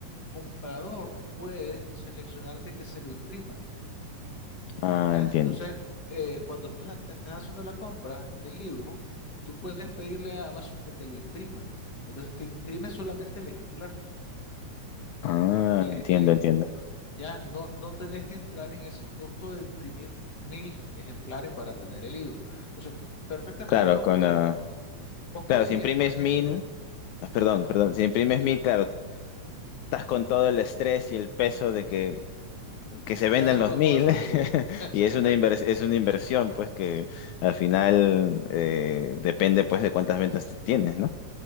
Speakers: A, on the left (about 35°); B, on the left (about 80°).
A: comprador puede seleccionar de que se lo impriman,
B: Ah,
A: ¿ya?
B: entiendo.
A: Entonces, eh, cuando tú ha- estás haciendo la compra del libro, tú puedes pedirle a Amazon que te lo imprima. Entonces, te imprime solamente el ejemplar.
B: Ah,
A: El, e-
B: entiendo,
A: e-
B: entiendo.
A: Ya, no, no tenés que entrar en ese costo de imprimir mil ejemplares para tener el libro. Entonces, perfectamente
B: Claro,
A: vos
B: con
A: podés,
B: la...
A: vos podrías,
B: Claro, si imprimes
A: por ejemplo,
B: mil, ah, perdón,
A: ujú,
B: perdón, si imprimes mil, claro, estás con todo el estrés y el peso de que, que se vendan
A: ¿qué haces
B: los
A: con
B: mil
A: todos esos
B: <laughs>
A: libros ahí? <laughs> Esa-
B: y es
A: esa-
B: una invers- es una inversión, pues, que al final eh, depende, pues, de cuántas ventas tienes, ¿no?